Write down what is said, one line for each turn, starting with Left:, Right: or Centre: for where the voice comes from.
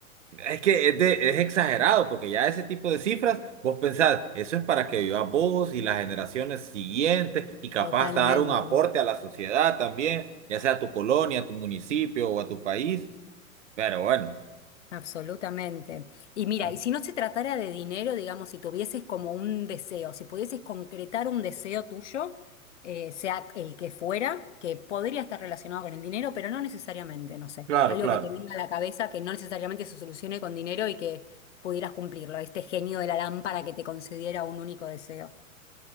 Right: Es que es, de- es exagerado, porque ya ese tipo de cifras, vos pensás, eso es para que vivas vos y las generaciones siguientes, y capaz
Left: Totalmente,
Right: hasta dar un aporte a la sociedad también, ya sea a tu colonia, a tu municipio o a tu país. Pero bueno,
Left: absolutamente. Y mira,
Right: ah,
Left: y si no se tratara de dinero, digamos, si tuvieses como un deseo, si pudieses concretar un deseo tuyo, eh, sea el que fuera, que podría estar relacionado con el dinero, pero no necesariamente, no sé,
Right: claro,
Left: algo
Right: claro.
Left: que te venga a la cabeza que no necesariamente se solucione con dinero y que pudieras cumplirlo, este genio de la lámpara que te concediera un único deseo.